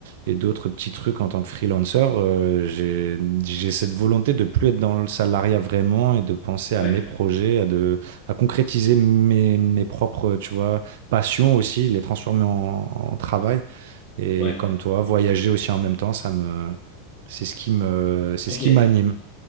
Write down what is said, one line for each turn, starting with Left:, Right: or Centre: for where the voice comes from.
Right: et d'autres petits trucs en tant que freelancer. euh, j'ai, j'ai cette volonté de plus être dans le salariat vraiment et de penser à
Left: Ouais.
Right: mes projets, à, de, à concrétiser mes, mes propres, tu vois, passions aussi, les transformer en en travail. Et
Left: Ouais.
Right: comme toi, voyager aussi en même temps, ça me, c'est ce qui me, c'est
Left: Ok.
Right: ce qui m'anime.